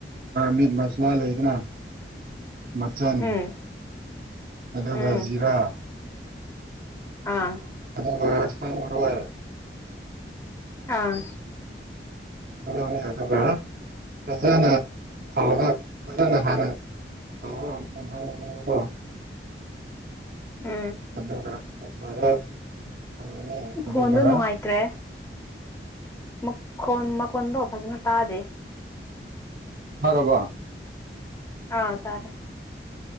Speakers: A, on the right; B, on the left.
A: ꯃꯤꯠ ꯃꯁꯂꯥ ꯂꯩꯗꯅ ꯃꯆꯟ
B: ꯎꯝ
A: ꯑꯗꯨꯒ
B: ꯎꯝ
A: ꯖꯤꯔꯥ
B: ꯑꯥ
A: <unintelligible>
B: ꯑꯥ
A: ꯑꯗꯨꯅꯤ ꯑꯗꯨꯒ ꯐꯖꯥꯅ ꯊꯥꯎꯗ ꯐꯖꯥꯅ ꯍꯥꯟꯅ <unintelligible>
B: ꯎꯝ
A: ꯑꯗꯨꯒ <unintelligible> ꯊꯝꯃꯅꯤ ꯑꯗꯨꯒ
B: ꯈꯣꯟꯗꯣ ꯅꯨꯡꯉꯥꯏꯇ꯭ꯔꯦ ꯃꯈꫭꯟ ꯃꯈꯣꯟꯗꯣ ꯐꯖꯅ ꯇꯥꯗꯦ
A: ꯇꯥꯔꯕꯣ
B: ꯑꯥ ꯇꯥꯔꯦ